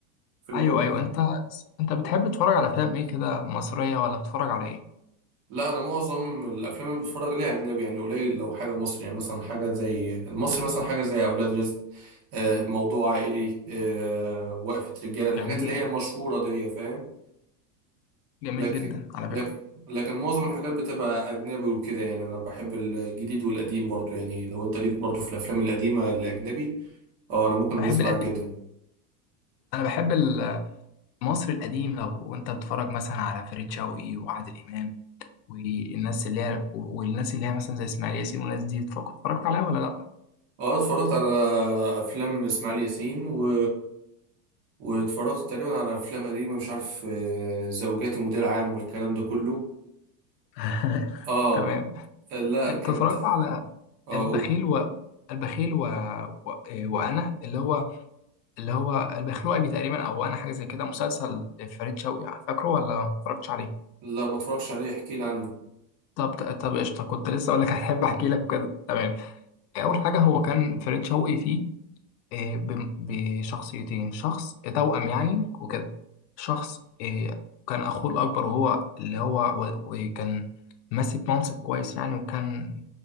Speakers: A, on the right; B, on the left.
A: في المجمل
B: ايوه ايوه
A: يعني
B: انت انت بتحب تتفرج على افلام ايه كده مصريه ولا بتتفرج على ايه
A: لا انا معظم الافلام اللي بتفرج عليها اجنبي يعني قليل لو حاجه مصري يعني مثلا حاجه زي المصري مثلا حاجه زي اولاد رزق آه، موضوع عائلي آه، وقفه رجاله الحاجات
B: جميل
A: اللي هي مشهوره دي فاهم
B: جميل
A: لكن
B: جدا على
A: لكن
B: فكره
A: لكن معظم الحاجات بتبقى اجنبي وكده يعني انا بحب الجديد والقديم برضو يعني لو انت ليك برضو في الافلام القديمه الاجنبي اه انا ممكن ادوس
B: أنا بحب
A: معاك
B: القديم
A: جدا
B: انا بحب المصري القديم لو وانت بتتفرج مثلا على فريد شوقي وعادل امام والناس اللي هي والناس اللي هي مثلا زي اسماعيل ياسين والناس دي اتف- اتفرجت عليها ولا لا
A: اه اتفرجت على افلام اسماعيل ياسين و... واتفرجت تقريبا على افلام قديمه مش عارف آه، زوجاتي مدير عام والكلام ده كله
B: <laughs>
A: اه
B: تمام
A: لا
B: انت
A: كانت
B: اتفرجت على
A: اه
B: البخيل
A: اقول
B: و البخيل و... و... آه، وانا اللي هو اللي هو البخيل وابي تقريبا او انا حاجه زي كده مسلسل فريد شوقي فاكره ولا ما اتفرجتش عليه
A: لا ما اتفرجش عليه احكي لي عنه
B: طب طب قشطه كنت لسه اقول لك هحب احكي لك كده تمام اول حاجه هو كان فريد شوقي فيه آه، بم- بشخصيتين شخص توأم يعني وكده شخص آه، كان أخوه الأكبر وهو اللي هو و- وكان ماسك منصب كويس يعني وكان